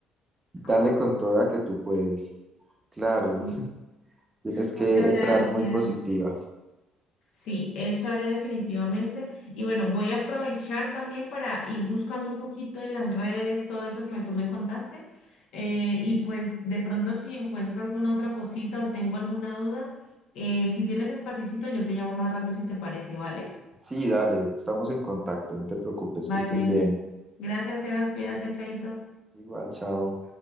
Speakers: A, on the right; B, on the left.
A: Dale
B: ¿Cómo?
A: con toda que tú puedes. Claro,
B: Sí.
A: <laughs> tienes
B: Muchas
A: que entrar
B: gracias.
A: muy positiva.
B: Sí, eso haré definitivamente. Y bueno, voy a aprovechar también para ir buscando un poquito en las redes todo eso que me, tú me contaste. Eh, y pues de pronto si encuentro alguna otra cosita o tengo alguna duda, eh, si tienes espacito, yo te llamo más rato si te parece, ¿vale?
A: Sí, dale, estamos en contacto, no te preocupes,
B: Vale.
A: que estés bien.
B: Gracias, Sebas. Cuídate, Chaito.
A: Igual, chao.